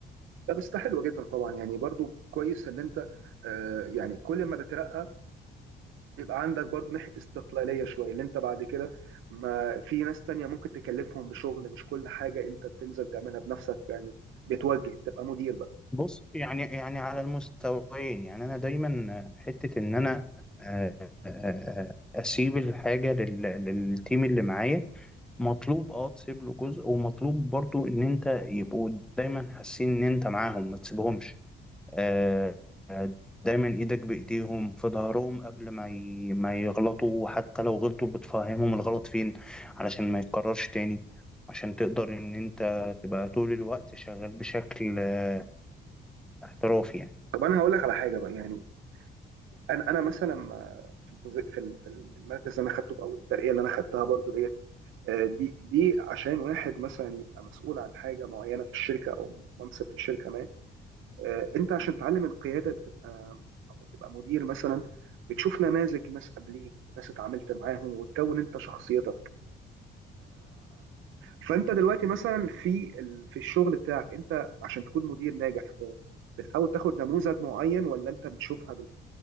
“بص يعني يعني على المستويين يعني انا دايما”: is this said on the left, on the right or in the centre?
Centre